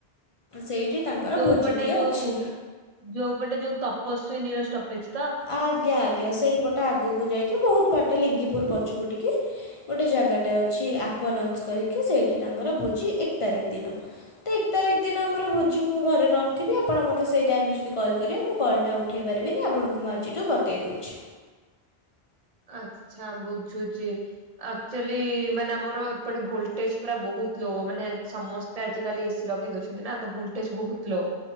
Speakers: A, on the left (about 35°); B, on the right (about 45°).
A: ସେଇଠି ତାଙ୍କର
B: ଯୋଉପଟେ
A: ଭୋଜିଟିଏ
B: ଯୋଉ
A: ଅଛି
B: ଯୋଉପଟେ ଯୋଉ ତପସ୍ୱୀ ନିରଷ୍ଟପେଜ।
A: ଆଜ୍ଞା ଆଜ୍ଞା। ଆଜ୍ଞା ସେଇପଟ ଆଗକୁ ଯାଇକି ବହୁତ ବାଟ ଲିଙ୍ଗିପୁର ପଛକୁ ଟିକି ଗୋଟେ ଜାଗାଟେ ଅଛି। ଆଜ୍ଞା। ନୂଆ ଲଞ୍ଚ କରିକି ସେଇଠି ତାଙ୍କର ଭୋଜି ଏକ ତାରିଖ ଦିନ। ଏକ ତାରିଖ ଦିନ ଆମର ଭୋଜି ମୁଁ ଘରେ ରନ୍ଥିବି ଆପଣ ମତେ ସେଇ ଟାଇମରେ ଯଦି କଲ କରିବେ କଲ ଟା ଉଠେଇବି। ପାରିବିନି, ଆପଣଙ୍କୁ ମୁଁ ଆଜିଠୁ ବତେଇ ଦଉଚି।
B: ଆଛା ବୁଝୁଚି, ଆକ୍ଚୁଆଲି ମାନେ ଆମର ଏପଟେ ଭୋଲଟେଜ ପୁରା ବହୁତ ଲୋ ମାନେ ସମସ୍ତେ ଆଜିକାଲି ଏସି ଲଗେଇ ଦଉଛନ୍ତି ନା ତ ଭୋଲଟେଜ ବହୁତ ଲୋ।